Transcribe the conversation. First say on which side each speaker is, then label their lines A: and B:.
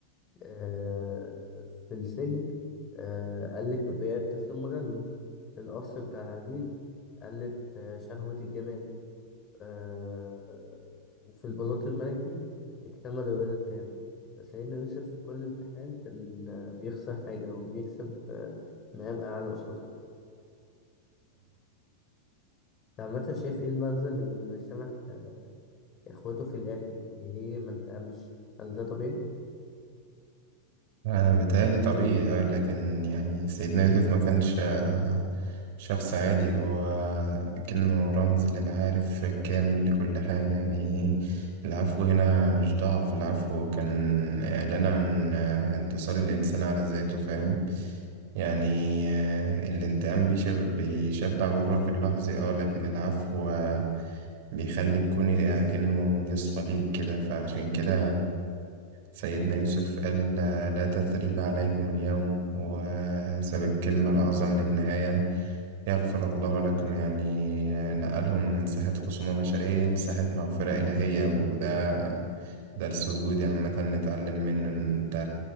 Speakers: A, on the left; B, on the right.
A: آه في السجن آه قل كبرياء الطفل المدلل في القصر بتاع العزيز قلت آه، شهوة الجمال آه وفي البلاط الملكي اكتمل الرضا التام فسيدنا يوسف في كل امتحان كان آه، بيخسر حاجة وبيكسب آه، مقام أعلى قصاده. أنت عامة شايف إيه المغزى من إنه يسامح آه، اخوته في الاخر يعني ليه ما انتقمش هل ده طبيعي
B: آه، بيتهيألي طبيعي اه لكن يعني سيدنا يوسف ما كانش آه، شخص عادي هو كأنه رمز للعارف الكامل لكل حاجة يعني العفو هنا مش ضعف العفو كان إعلان عن آه، انتصار الإنسان على ذاته فاهم يعني آه، الانتقام بيشب- بيشبع غرك اللحظي اه لكن العفو آه، بيخليك كوني كأنه يصفى ليك كده فعشان كده سيدنا يوسف قال آه، لا تثريب عليكم اليوم وساب الكلمة الأعظم للنهاية يغفر الله لكم يعني آه، نقلهم من ساحة خصومة بشرية لساحة مغفرة إلهية وده درس وجودي عامة نتعلم منه إن أنت